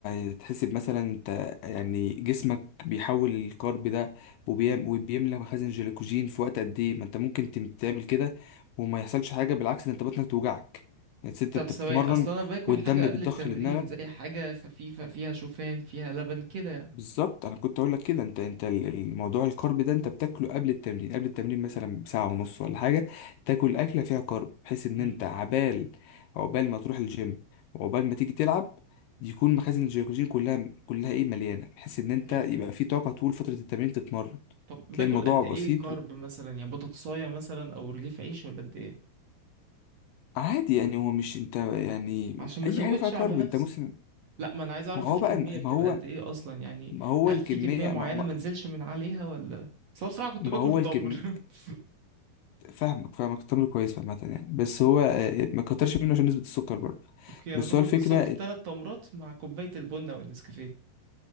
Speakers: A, on the left (about 75°); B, on the right (about 50°).
A: هتحسب مثلا انت يعني جسمك بيحول الكرب ده وبيم وبيملى مخازن جلوكوجين في وقت قد ايه ما انت ممكن تم- تعمل كده وما يحصلش حاجه بالعكس ده انت بطنك توجعك يعني انت
B: طب
A: بتتمرن
B: ثواني اصل انا باكل
A: والدم
B: حاجه قبل
A: بيتضخ
B: التمرين
A: لدماغك
B: زي حاجه خفيفه فيها شوفان فيها لبن كده يعني
A: بالظبط انا كنت اقول لك كده انت انت ال- الموضوع الكارب ده انت بتاكله قبل التمرين قبل التمرين مثلا بساعه ونص ولا حاجه تاكل اكله فيها كارب بحيث ان
B: امم
A: انت عبال عقبال ما تروح الجيم وعقبال ما تيجي تلعب يكون مخازن الجلوكوجين كلها كلها ايه مليانه بحيث ان انت
B: حلو
A: يبقى في طاقه طول فتره التمرين تتمرن
B: طب باكل
A: تلاقي الموضوع
B: قد
A: بسيط
B: ايه كارب مثلا يعني بطاطسايه مثلا او رغيف عيش ولا قد ايه
A: وعادي يعني هو مش انت يعني
B: عشان ما
A: اي
B: ازودش
A: حاجه فيها كارب
B: على نفسي
A: انت مسلم
B: لا ما انا عايز اعرف
A: ما هو
B: الكميه
A: بقى ما
B: بتبقى
A: هو
B: قد ايه اصلا يعني
A: ما هو
B: هل
A: الكميه
B: في كميه معينه
A: ما, ما
B: ما انزلش من عليها ولا اصل أنا بصراحه كنت
A: ما
B: باكل
A: هو
B: تمر
A: الكم
B: <laughs>
A: فاهمك فاهمك التمر كويس عامة يعني بس هو آه، ما كترش منه عشان نسبة السكر برضه
B: اوكي
A: بس
B: انا باكل
A: هو الفكرة
B: بالظبط ثلاث تمرات مع كوبايه البن او النسكافيه